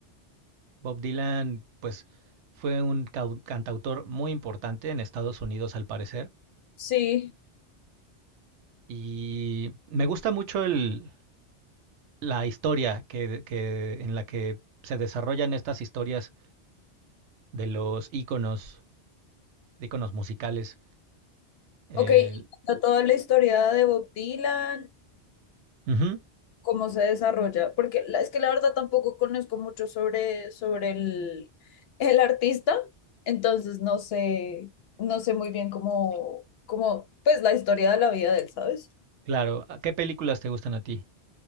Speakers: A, on the right; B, on the left.
A: Bob Dylan, pues, fue un cau- cantautor muy importante en Estados Unidos, al parecer
B: Sí,
A: Y me gusta mucho el, la historia que, que, en la que se desarrollan estas historias de los íconos, de íconos musicales. El-
B: ok. y cuenta Toda la historia de Bob Dylan,
A: Ujú,
B: cómo se desarrolla, porque la- es que la verdad tampoco conozco mucho sobre, sobre el, el artista, entonces no sé, no sé muy bien cómo, cómo, pues la historia de la vida de él, ¿sabes?
A: claro. ¿A ¿Qué películas te gustan a ti?